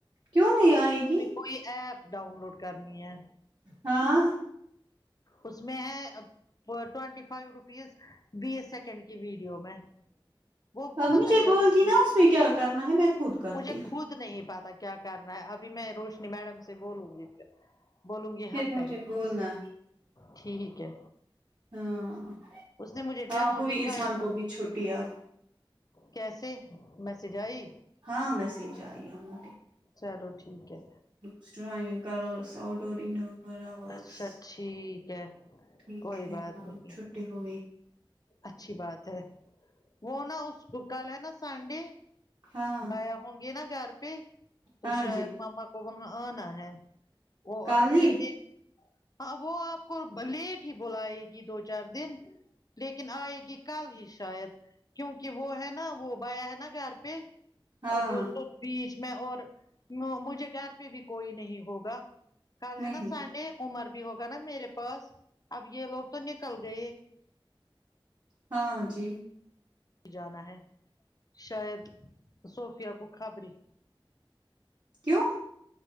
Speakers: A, on the right (about 50°); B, on the left (about 45°).
A: کیوں نہیں آئے گی
B: میں کوئی ایپ ڈاؤن لوڈ کرنی ہے
A: ہاں
B: اس میں ہے ٹوینٹی فائیو روپیز بیس سیکنڈ کی ویڈیو میں وہ
A: ا
B: بہت
A: مجھے
B: اچھا
A: بولتی نا اس میں کیا کرنا ہے میں خود کرتی
B: مجھے خود نہیں پاتا کیا کرنا ہے ابھی میں روشنی میڈم سے بولوں گی پھر بولوں گی
A: پھر
B: ہم
A: مجھے
B: کریں گے
A: بولنا
B: ٹھیک ہے
A: ہاں
B: اس نے مجھے ڈیمو
A: ہاں ہوئی
B: دکھایا
A: اذہان
B: تھا
A: کو بھی چھٹی اب
B: کیسے میسج آئی
A: ہاں میسج آئی ہماری
B: چلو ٹھیک ہے
A: اسٹرائن کلورس اؤٹ ڈور انڈور برابرس
B: اچھا ٹھیک ہے
A: ٹھیک
B: کوئی
A: ہے
B: بات
A: ہاں
B: نہیں
A: چھٹی ہوئی
B: اچھی بات ہے وہ نا اس کل ہے نا سنڈے
A: ہاں
B: بایاں ہوں گے نا گھر پہ تو
A: ہاں
B: شاید
A: جی
B: ماما کو وہاں آنا ہے وہ
A: کل
B: آپ
A: ہی
B: کے لیے ہاں وہ آپ کو لیٹ ہی بلائے گی دو چار دن لیکن آئے گی کل ہی شاید کیونکہ وہ ہے نا وہ بیا ہے نا گھر پہ
A: ہاں
B: آب اس بیچ میں اور مجھے گیار پہ بھی کوئی نہیں ہوگا کل ہے
A: نہیں
B: نا عمر بھی ہوگا نا میرے پاس اب یہ لوگ تو نکل گئے
A: ہاں جی
B: جانا ہے شاید صوفیہ کو خابری
A: کیوں